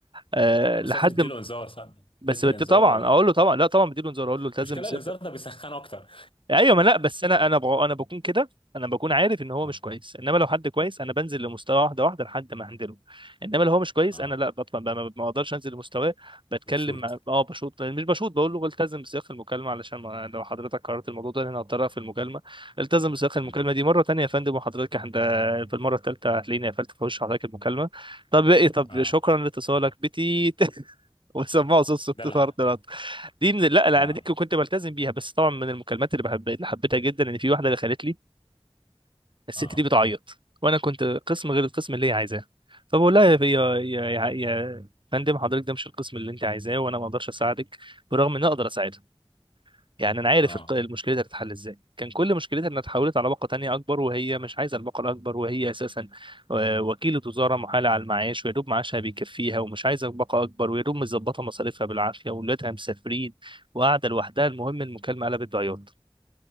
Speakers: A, on the right (about 50°); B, on the left (about 55°).
A: أه لحد
B: بس لازم تديله
A: ما-
B: انذار صح
A: بس
B: بتدي
A: بدي
B: الانذار
A: طبعا
B: ولا
A: اقول له طبعا لا طبعا بديله انذار اقول له التزم
B: المشكله
A: بس
B: الانذار ده بيسخن اكتر <laughs>
A: ايوه ما لا بس انا انا بغ... انا بكون كده انا بكون عارف ان هو
B: اه
A: مش كويس انما لو حد كويس انا بنزل لمستوى واحده واحده لحد ما هندله انما لو هو مش كويس
B: اه
A: انا لا بطلع ما ما- ما بقدرش انزل لمستواه بتكلم
B: بتشوت
A: مع... اه بشوط مش بشوط بقول له التزم بسياق المكالمه علشان ما... لو حضرتك قررت الموضوع ده إن انا هضطرها في المكالمه التزم بسياق المكالمه
B: مم.
A: دي مره تانية يا فندم وحضرتك عند في المره الثالثه هتلاقيني قفلت في وش حضرتك المكالمه طب ايه طب
B: اه
A: شكرا لاتصالك بتيت <laughs> وسموها صوت صوت
B: ده لا
A: فرد رد دي من لا لا
B: اه
A: انا دي كنت بلتزم بيها بس طبعا من المكالمات اللي بحب اللي حبيتها جدا ان في واحده اللي خلت لي الست
B: اه
A: دي بتعيط وانا كنت قسم غير القسم اللي هي عايزاه فبقول لها يا يا يا يا يا فندم حضرتك ده مش القسم اللي انت عايزاه وانا ما اقدرش اساعدك برغم ان أنا اقدر اساعدك يعني انا عارف
B: اه
A: الق- المشكله دي هتتحل ازاي كان كل مشكلتها انها اتحولت على باقه تانية اكبر وهي مش عايزه الباقه الاكبر وهي اساسا آه، وكيله وزاره محاله على المعاش ويا دوب معاشها بيكفيها ومش عايزه باقه اكبر ويا دوب مظبطه مصاريفها بالعافيه واولادها مسافرين وقاعده لوحدها المهم المكالمه قلبت بعياط